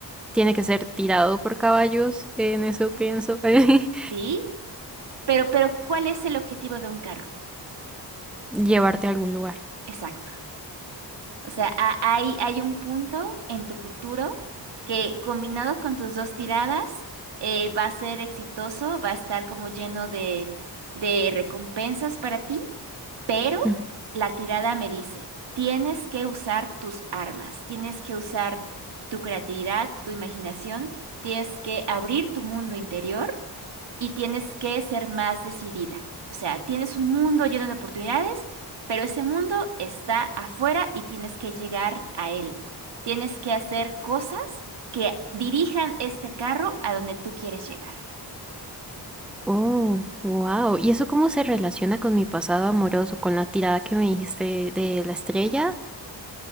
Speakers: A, in the centre; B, on the right.
A: Tiene que ser tirado por caballos, en eso pienso. <laughs>
B: ¿sí? Pero, pero, ¿cuál es el objetivo de un carro?
A: Llevarte a algún lugar.
B: Exacto. O sea, ha- hay, hay un punto en tu futuro que combinado con tus dos tiradas eh, va a ser exitoso, va a estar como lleno de, de recompensas para ti, pero
A: Ujú.
B: la tirada me dice, tienes que usar tus armas, tienes que usar tu creatividad, tu imaginación, tienes que abrir tu mundo interior y tienes que ser más decidida. O sea, tienes un mundo lleno de oportunidades, pero ese mundo está afuera y tienes que llegar a él. Tienes que hacer cosas que dirijan este carro a donde tú quieres llegar.
A: Oh, wow. ¿Y eso cómo se relaciona con mi pasado amoroso, con la tirada que me dijiste de la estrella?